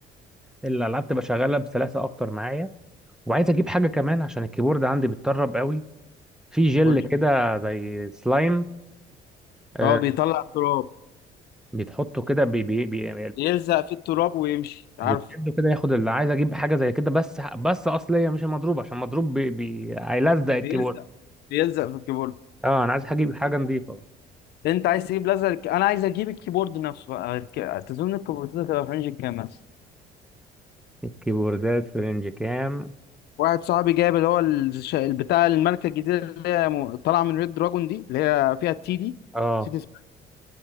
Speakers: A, in the centre; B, on the left.
A: الالعاب تبقى شغاله بسلاسه اكتر معايا وعايز اجيب حاجه كمان عشان الكيبورد عندي بيتطرب قوي في جل
B: قول لي.
A: كده زي سلايم آه،
B: اه بيطلع التراب
A: بيتحطه كده بي بي بي
B: يلزق في التراب ويمشي عارف
A: وتشده كده ياخد اللي عايز اجيب حاجه زي كده بس بس اصليه مش المضروب عشان مضروب بي... بي... هيلزق الكيبورد
B: بيلزق بيلزق في الكيبورد
A: اه انا عايز اجيب حاجه نظيفه
B: انت عايز تجيب لزق انا عايز اجيب الكيبورد نفسه بقى الك- تظن الكيبوردات هتبقى في رينج كام مثلا
A: الكيبوردات في رينج كام
B: واحد صاحبي جايب اللي هو الش- بتاع الماركة الجديدة اللي هي م- طالعة من ريد دراجون دي اللي هي فيها التي دي
A: اه
B: نسيت اسمها.